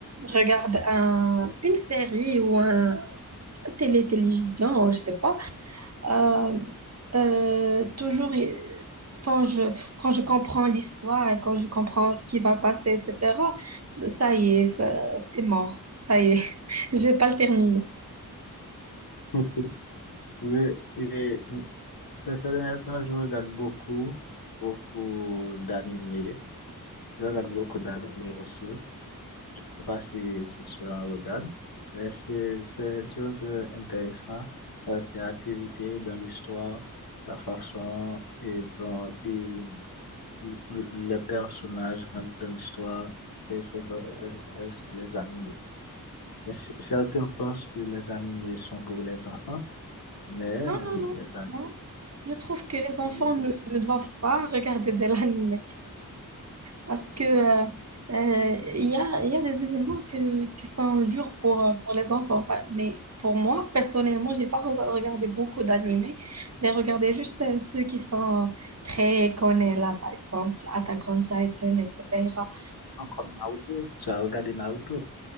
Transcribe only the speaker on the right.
regarde un, une série ou un, télé-télévision, je sais pas, euh, euh, toujours y- quand je, quand je comprends l'histoire et quand je comprends ce qui va passer, etc., ça y est, ça- c'est mort. Ça y est, <laughs> je vais pas le terminer.
Non,
non, non,
non. Je trouve que les enfants
ne, ne doivent pas regarder de l'anime. Parce que euh, euh, il y a, il y a des événements que, qui sont durs pour, euh, pour les enfants. Pas- Mais pour moi, personnellement, j'ai pas re- regardé beaucoup d'animés. J'ai regardé juste euh, ceux qui sont très connus là, par exemple, Attack on Titan, etc.